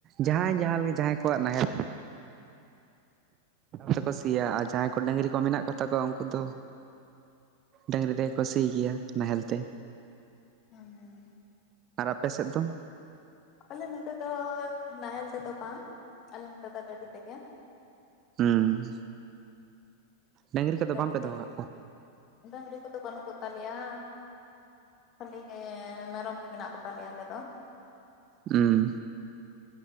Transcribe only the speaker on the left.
ᱦᱮᱸ ᱦᱮᱸ
ᱟᱞᱮ ᱱᱚᱛᱮ ᱫᱚ ᱱᱟᱦᱮᱞ ᱛᱮᱫᱚ ᱵᱟᱝ ᱟᱞᱮ ᱱᱚᱛᱮ ᱫᱚ ᱜᱟᱹᱰᱤ ᱛᱮᱜᱮ᱾
ᱜᱟᱹᱰᱤ
ᱛᱮᱜᱮ
ᱰᱟᱝᱨᱤ ᱠᱚᱫᱚ ᱵᱟᱹᱱᱩᱜ ᱠᱚᱛᱟᱞᱮᱭᱟᱻ ᱠᱷᱟᱹᱞᱤ ᱮᱸ ᱢᱮᱨᱚᱢ ᱜᱮ ᱢᱮᱱᱟᱜ ᱠᱚᱛᱟᱞᱮᱭᱟ ᱟᱞᱮ ᱫᱚ᱾